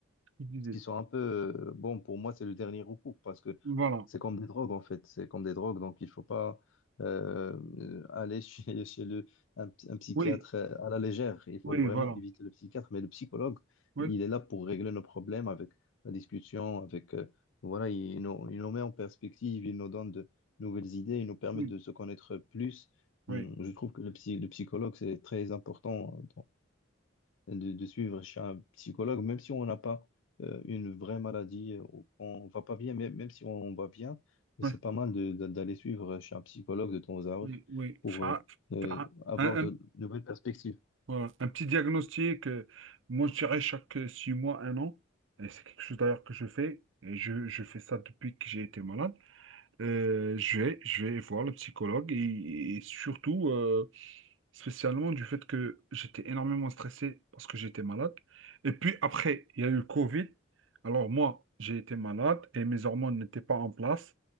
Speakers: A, on the right; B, on the left.
A: ce que je disais.
B: ce qui sont un peu, euh, bon, pour moi, c'est le dernier recours parce que
A: Voilà.
B: c'est comme des drogues, en fait. C'est comme des drogues, donc il faut pas euh, euh, aller chez, <laughs> chez le, un, p- un psychiatre
A: Oui,
B: euh, à la légère. Il faut
A: oui,
B: vraiment
A: voilà.
B: éviter le psychiatre, mais le psychologue,
A: Oui,
B: il est là pour régler nos problèmes avec la discussion, avec, euh, voilà, il nous, il nous met en perspective, il nous donne de nouvelles idées, il nous permet
A: oui.
B: de se connaître plus.
A: Oui,
B: Hum, Je trouve que le psy- le psychologue, c'est très important de, de suivre chez un psychologue, même si on n'a pas euh, une vraie maladie, euh, on va pas bien, mais même si on va bien, mais
A: oui,
B: c'est pas mal de- de- d'aller suivre chez un psychologue de temps à autre
A: oui, oui.
B: pour
A: Faire,
B: euh, euh,
A: faire
B: avoir
A: un,
B: de
A: un-
B: de nouvelles perspectives.
A: voilà, un petit diagnostic, euh, moi je dirais chaque euh, six mois, un an, et c'est quelque chose d'ailleurs que je fais, et je, je fais ça depuis que j'ai été malade. Euh, je vais, je vais voir le psychologue et, et surtout euh, spécialement du fait que j'étais énormément stressé parce que j'étais malade. Et puis après, il y a eu le Covid. Alors moi, j'ai été malade et mes hormones n'étaient pas en place.